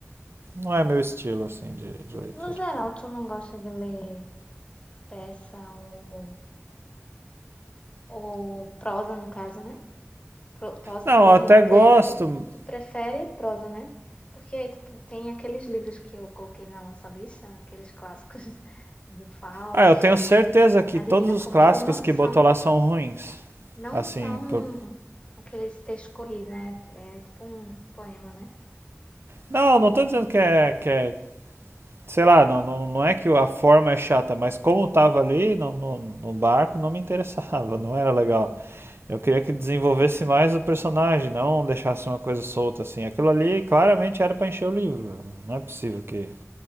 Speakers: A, on the right; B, on the left.
A: não é meu estilo, assim, de, de leitura.
B: No geral, tu não gosta de ler peça ou Ou prosa, no caso, né? Pro- Prosa,
A: Não,
B: prosa
A: eu até
B: não, poesia.
A: gosto.
B: Tu prefere prosa, né? Porque, tipo, tem aqueles livros que eu coloquei na nossa lista, aqueles clássicos <laughs> do Fausto,
A: Ah, eu tenho certeza que
B: a
A: todos
B: Divina
A: os
B: Comédia,
A: clássicos
B: não
A: que
B: são,
A: botou lá são ruins.
B: não
A: Assim,
B: são
A: por...
B: aqueles textos corridos, né? É tipo um poema, né?
A: não, não tô dizendo que é, que é sei lá, não, não, não é que a forma é chata, mas como eu tava ali no, no, no barco, não me interessava, <laughs> não era legal.
B: Uhum.
A: Eu queria que desenvolvesse mais o personagem, não deixasse uma coisa solta assim. Aquilo ali claramente era pra encher o livro. velho. Não é possível que,